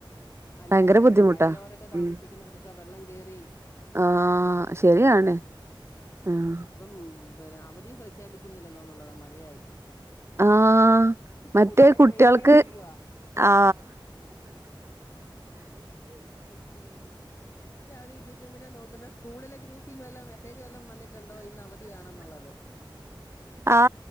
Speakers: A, on the left (about 30°); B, on the right (about 30°).
A: അല്ലാതെ
B: ഭയങ്കര ബുദ്ധിമുട്ടാ
A: വയലോരത്തെ താമസിക്കുന്നവർക്കൊക്കെ
B: ഉം
A: വെള്ളം കേറി
B: ആഹ് ശരിയാണ് ആഹ്
A: ബം അവധിയും പ്രഖ്യപിക്കുന്നില്ലല്ലോ എന്നുള്ളതാ മഴയായിട്ട്
B: ആ മറ്റേ
A: പുള്ളാര്
B: കുട്ടിയാൾക്ക്
A: വെയിറ്റ് ചെയ്തിരിക്കുവാ
B: ആ
A: <unintelligible> സ്കൂളില ഗ്രൂപ്പിൽ നിന്നും വല്ലേ മെസെജ് വല്ലാം വന്നി ട്ട്ണ്ടോ ഇന്ന് അവധിയാണെന്നുള്ളത്
B: ആ